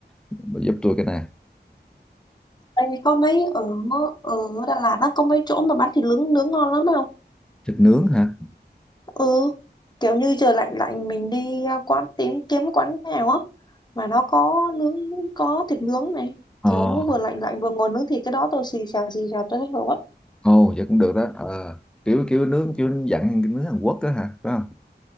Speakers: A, in the centre; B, on the left.
A: bà giúp tôi cái này
B: Ê, có mấy ở ở Đà Lạt á có mấy chỗ mà bán thịt nướng nướng ngon lắm không
A: thịt nướng hả
B: Ừ, kiểu như trời lạnh lạnh mình đi à, quán tìm kiếm cái quán nào á mà nó có nướng có thịt nướng này
A: ờ
B: kiểu vừa lạnh lạnh vừa ngồi nướng thịt cái đó tôi xì xào xì xào tôi thích rồi quá
A: ồ vậy cũng được đó ờ kiểu kiểu nướng kiểu dặn cái nướng Hàn Quốc đó hả phải không